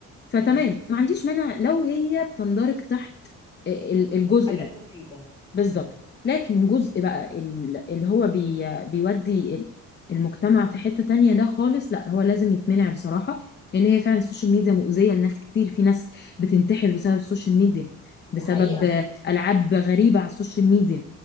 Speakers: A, on the left; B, on the left.
A: فتمام
B: مم.
A: ما عنديش مانع لو هي بتندرج تحت ال- الجزء
B: حاجات
A: ده
B: مفيده
A: بالظبط
B: مم.
A: لكن جزء بقى ال- اللي هو بي بيودي ال- المجتمع في حتة تانية ده خالص لا هو لازم يتمنع بصراحة لأن هي فعلا السوشيال ميديا مؤذية لناس كتير في ناس بتنتحر بسبب السوشيال ميديا
B: دي
A: بسبب
B: حقيقه
A: ألعاب غريبة على السوشيال ميديا